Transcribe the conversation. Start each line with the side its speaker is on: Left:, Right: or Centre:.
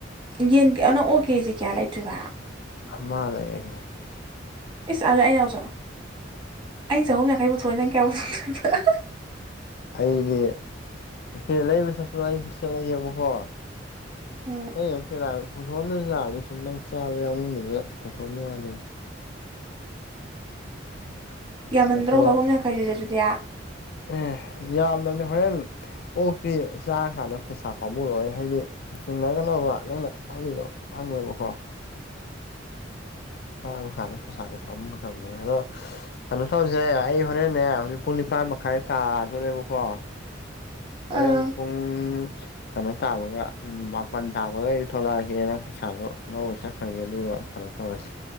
Right: ꯌꯦꯟꯅꯪ ꯑꯣ ꯀꯦꯖꯤ ꯀꯌꯥ ꯂꯩꯇ꯭ꯣꯏꯔꯤꯕ
Left: ꯃꯥ ꯂꯩꯌꯦꯒꯦ
Right: ꯏꯁ ꯑꯗꯣ ꯑꯩꯅꯁꯨꯛ ꯑꯩꯩꯅ ꯆꯍꯨꯝ ꯌꯥꯡꯈꯩ ꯄꯨꯊꯣꯛꯏ ꯅꯪ ꯀꯌꯥ ꯄꯨꯊꯣꯛꯇ <unintelligible>
Left: ꯑꯩꯅꯦ ꯏꯦ ꯂꯩꯕ ꯆꯠꯄ ꯑꯩ ꯆꯠꯂꯒꯦꯕꯀꯣ
Right: ꯎꯝ
Left: ꯑꯇꯩꯒꯤ ꯅꯠꯇꯦꯗ ꯄꯨꯊꯣꯛꯍꯜꯗ꯭ꯔꯁꯨ ꯌꯥꯕꯅꯦ ꯁꯨꯝ ꯅꯪ ꯆꯥꯕ ꯌꯥꯎꯅꯤꯡꯕꯗꯨꯗ ꯄꯨꯊꯣꯛꯍꯜꯕ ꯋꯥꯅꯤꯗ
Right: ꯌꯥꯝꯃꯟꯗ꯭ꯔꯣ
Left: ꯑꯗꯣ
Right: ꯆꯍꯨꯝ ꯌꯥꯡꯈꯩꯗꯨꯗꯤ ꯑꯗꯨꯗꯤ
Left: ꯑꯦ ꯌꯥꯝꯗꯕꯅꯤ ꯍꯣꯔꯦꯟ ꯑꯣꯛꯇꯤ ꯆꯥꯔꯀꯥꯟꯗ ꯄꯩꯁꯥ ꯄꯥꯝꯃꯔꯣꯏ ꯍꯥꯏꯗꯤ ꯆꯦꯡꯅ ꯀꯩꯅꯣꯕ ꯅꯪꯅ ꯍꯖꯤꯗꯣ ꯍꯪꯅꯦꯕꯣ ꯍꯣ ꯁꯥꯕ ꯀꯥꯟꯅ ꯄꯩꯁꯥꯖꯦ ꯄꯥꯃꯨꯗꯕꯅꯦ ꯑꯗꯣ ꯁ ꯀꯩꯅꯣ ꯇꯧꯔꯤꯁꯦ ꯑꯩ ꯍꯣꯔꯦꯟꯅꯦ ꯍꯧꯖꯤꯛ ꯄꯨꯡ ꯅꯤꯄꯥꯟ ꯃꯈꯥꯏ ꯇꯥꯗꯅꯦꯕꯀꯣ
Right: ꯑꯥ
Left: ꯍꯣꯔꯦꯜ ꯄꯨꯡ ꯀꯩꯅꯣ ꯇꯥꯕꯒ ꯃꯥꯄꯜ ꯇꯥꯕꯒ ꯑꯩ ꯊꯣꯛꯂꯛꯑꯒꯦ ꯅꯪ ꯄꯩꯁꯥꯗꯣ ꯂꯧꯔ ꯆꯠꯈ꯭ꯔꯒꯦ ꯑꯗꯨꯒ ꯈꯩꯅꯣ ꯇꯧꯔꯁꯤ